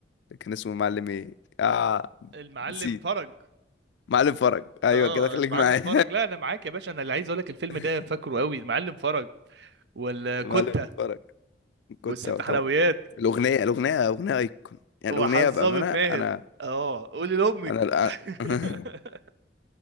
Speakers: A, on the left; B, on the right.
A: كان اسمه معلم ايه آه
B: المعلم
A: نسيت
B: فرج
A: معلم فرج ايوه
B: اه
A: كده خليك
B: المعلم
A: معايا
B: فرج لا انا معاك يا باشا انا اللي عايز اقول لك الفيلم
A: <laughs>
B: ده فاكره قوي المعلم فرج والكتة
A: معلم فرج كنت
B: والست
A: طبعا
B: حلويات
A: الاغنية الاغنية اغنية ايكون يعني
B: وحظامة
A: الاغنية بأمانة انا
B: ماهر اه قولي لامك
A: انا الآن- <laughs>
B: <laughs>